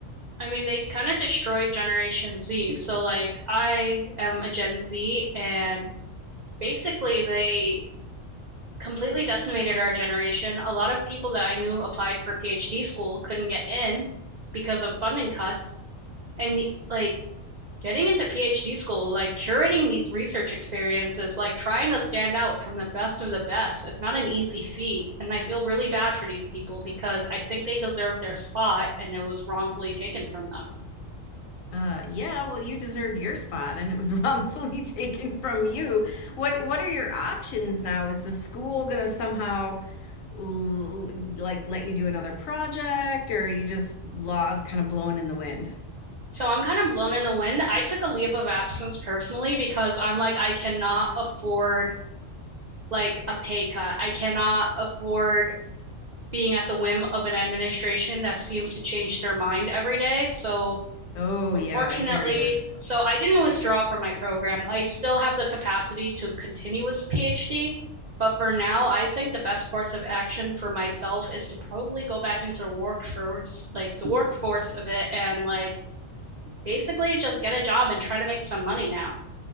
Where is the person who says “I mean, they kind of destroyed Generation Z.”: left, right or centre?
Right